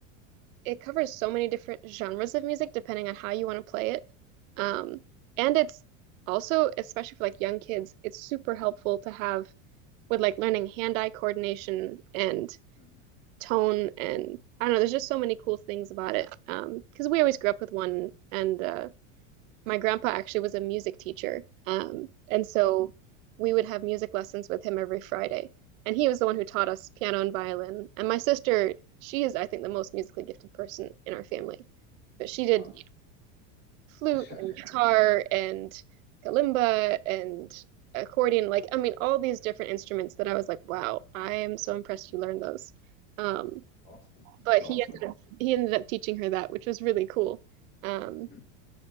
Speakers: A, on the right (about 80°); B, on the left (about 25°).
A: it covers so many different genres of music depending on how you want to play it. Um, and it's also, especially for like young kids, it's super helpful to have with like learning hand-eye coordination and
B: Mm,
A: tone and I don't know, there's just so many cool things about it. Um, because we always grew up with one and uh my grandpa actually was a music teacher. Um, and so we would have music lessons with him every Friday. And he was the one who taught us piano and violin. And my sister, she is, I think, the most musically gifted person in our family. But she did
B: Wow.
A: flute
B: <laughs>
A: and guitar and kalimba and accordion. Like, I mean, all these different instruments that I was like, wow, I am so impressed you learned those. Um,
B: Awesome.
A: but
B: That's awesome.
A: he ended up, he ended up teaching her that, which was really cool. Um,
B: Mhm.